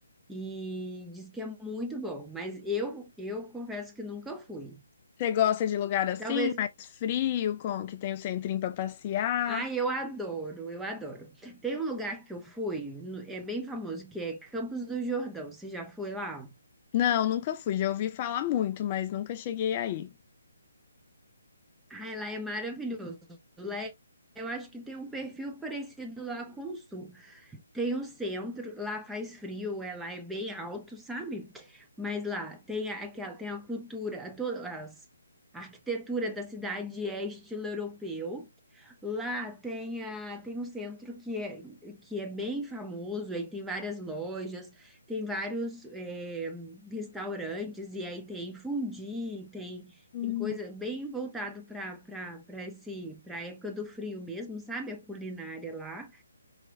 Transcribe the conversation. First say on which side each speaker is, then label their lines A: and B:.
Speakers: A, in the centre; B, on the left.
A: e diz que é muito bom. Mas eu, eu confesso que nunca fui.
B: Você gosta de lugar assim,
A: Talvez.
B: mais frio, com que tem o centrinho para passear?
A: Ah, eu adoro, eu adoro. Tem um lugar que eu fui, no- é bem famoso, que é Campos do Jordão. Você já foi lá?
B: Não, nunca fui. Já ouvi falar muito, mas nunca cheguei aí.
A: Ai, lá é maravilhoso. Lá é- eu acho que tem um perfil parecido lá com o Sul. Tem um centro, lá faz frio, é, lá é bem alto, sabe? Mas lá tem a- aquela, tem a cultura, a, to- as- a arquitetura da cidade é estilo europeu. Lá tem, a, tem um centro que é, que é bem famoso, aí tem várias lojas, tem vários é, restaurantes, e aí tem fondue, tem,
B: Hum.
A: tem coisa bem voltado para para esse, para a época do frio mesmo, sabe? A culinária lá.